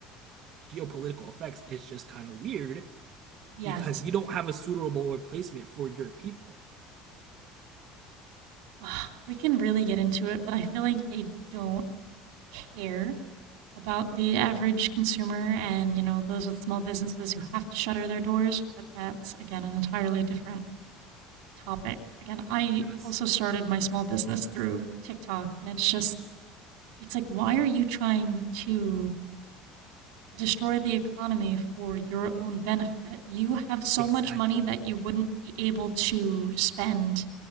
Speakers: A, on the right; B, on the right.
A: geopolitical effects is just kind of weird
B: Yes.
A: because you don't have a suitable replacement for your people.
B: Ugh, we can really get into it, but I feel like they don't care about the average consumer and, you know, those with small businesses who have to shutter their doors. But that's, again, an entirely different topic. Again, I
A: Yes,
B: also started my small business through TikTok, and it's just, it's like, why are you trying to destroy the economy for your own benefit. You have so
A: exactly,
B: much money that you wouldn't be able to spend